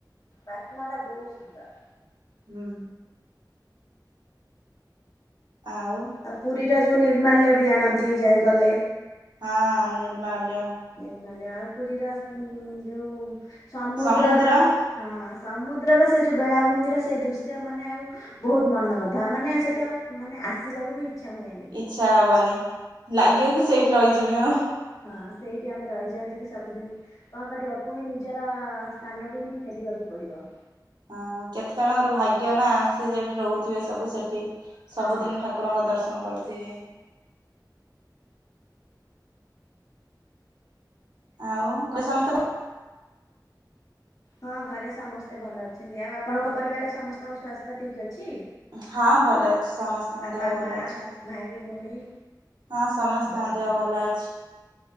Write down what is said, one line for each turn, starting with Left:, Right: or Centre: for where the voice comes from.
Left: ବାସ୍ନା ଟା ବହୁତ ସୁନ୍ଦର।
Right: ହୁଁ ଆଉ।
Left: ଆଉ ପୁରୀର ଯୋଉ ନିର୍ମାଲ୍ୟ ବି ଆଣନ୍ତି ଯାଏ ଗଲେ।
Right: ହଁ ନିର୍ମାଲ୍ୟ।
Left: ନିର୍ମାଲ୍ୟ ଆଉ ପୁରୀର ଯୋଉ। ସମୁଦ୍ରର
Right: ସମୁଦ୍ର
Left: ହଁ ସମୁଦ୍ରର। ସେ ଯୋଉ ବେଳାଭୂମିର ସେ ଦୃଶ୍ୟ ମାନେ ଆଉ ବହୁତ ମନଲୋଭା ମାନେ ସେଠି ଆଉ। ମାନେ ଆସିବାକୁ ବି ଇଚ୍ଛା ହୁଏନି।
Right: ଇଚ୍ଛା ହବନି ଲାଗିବ କି ସେଇଠି ରହିଯିବିମ।
Left: ହଁ ସେଇଠି ଆମେ ରହିଯାଆନ୍ତୁ କି ସବୁଦିନ। କଣ କରିବ ପୁଣି ନିଜର ସ୍ଥାନକୁ ହିଁ ଫେରିବାକୁ ପଡିବ।
Right: ହଁ କେତେ ଜଣଙ୍କର ଭାଗ୍ୟ ନା ଆସି ସେଠି ରହୁଥିବେ ସବୁ ସେଠି ସବୁଦିନ
Left: ହଁ
Right: ଠା। ଠକୁରଙ୍କ ଦର୍ଶନ କରୁଥିବେ। ଆଉ ଘରେ ସମସ୍ତେ ଭଲ
Left: ହଁ ଘରେ ସମସ୍ତେ ଭଲ ଅଛନ୍ତି। ଆଉ ଆପଣଙ୍କ ପରିବାରରେ ସମସ୍ତଙ୍କ ସ୍ୱାସ୍ଥ୍ୟ ଠିକ୍ ଅଛି।
Right: ହଁ ଭଲ ଅଛି ସମସ୍ତେଙ୍କ
Left: ବାପା
Right: ଦେହ ଭଲ
Left: ମା
Right: ଅଛନ୍ତି।
Left: ଭାଇ ଭଉଣୀ।
Right: ହଁ ସମସ୍ତଙ୍କ
Left: ଓହୋ
Right: ଦେହ ଭଲ ଅଛି।